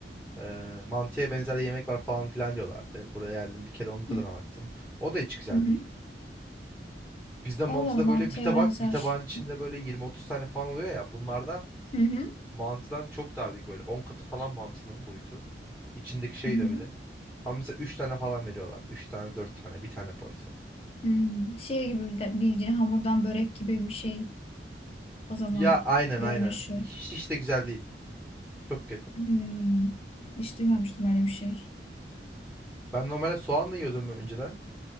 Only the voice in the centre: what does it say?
Eee mantıya benzer yemek var falan filan diyorlardı. Buraya geldim bir kere onun tadına
baktım. O da hiç güzel
değil. Bizde mantıda
böyle bir tabak,
bir tabağın içinde böyle 20-30 tane falan oluyor ya. Bunlarda
mantıdan çok daha büyük böyle 10 katı falan mantının boyutu. İçindeki şey
de öyle. Ama mesela 3 tane falan veriyorlar. üç tane, 4 tane, bir tane porsiyon.
Ya aynen
aynen. Hiç, hiç de güzel değil. Çok kötü.
Ben normalde soğanla yiyordum önceden.